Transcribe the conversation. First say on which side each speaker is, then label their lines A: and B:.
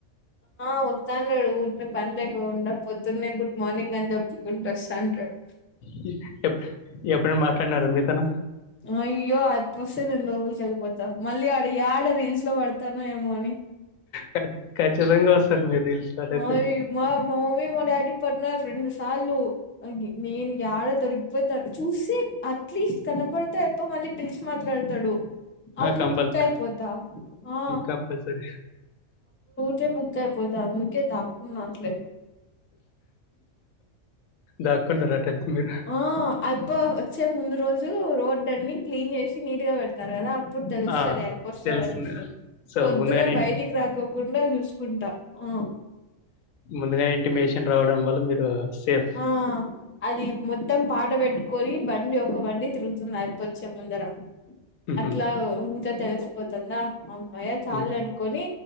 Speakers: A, on the left; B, on the left.
A: ఆ ఆ వచ్చండడు ఊర్నే పన్ లేకొకుండ పొద్దునే గుట్ మార్నింగ్ అన్ చెప్పుకుంటు వస్తంటడ్
B: హి ఎప్ ఎప్పుడేన మాట్లాడినార మీతొన?
A: అయ్యో ఆయప్ప వస్తే నేన్ లోపల్కి ఎల్లిపోత. మళ్ళీ ఆడ యాడ రీల్స్ లో పడతనో ఏమో అని.
B: క ఖచ్చితంగా వస్తరు మీర్ రీల్ స్టార్ట్ అయితే
A: ఓయ్ మా మమ్మీ మా డాడీ పడ్నారు రెండు సార్లు. ఆగి నేను యాడ దొరి పొతా చూసి అట్లీస్ట్ కనపడితే అయప్ప మళ్ళీ పిలిచి మాట్లడతడు. అప్పుడు
B: కంపల్సరీ
A: బుక్కయిపోతా ఆ
B: కంపల్సరీ
A: తే బుక్ అయిపోత అందుకే దాక్కున్న అట్లే
B: దాక్కుంటర్ అట్టయితే మీరు
A: ఆ ఆయప్ప వచ్చే ముందు రోజు, రోడ్ లన్ని క్లీన్ చేసి నీట్గా వెడ్ స్తరు కదా అప్పుడు తెలుస్తది
B: ఆ,
A: ఎక్క వస్తడని
B: తెలుస్తుంది సో
A: పొద్దున్నే
B: ముందుగానే
A: బయటికి రాకోకుండా చూసుకుంటా ఆ
B: ముందుగానే ఇంటిమేషన్ రావడం వల్ల మీరు సేఫ్
A: ఆ అది మొత్తం పాట పెట్టుకొని బండి ఒక బండి తిరుగుతున్నాది వచ్చే ముందర
B: హుహు.
A: అట్లా ఇంకా తెలిసిపోతందా అమ్మయ్య చాలులే
B: హ్మ్.
A: అనుకొని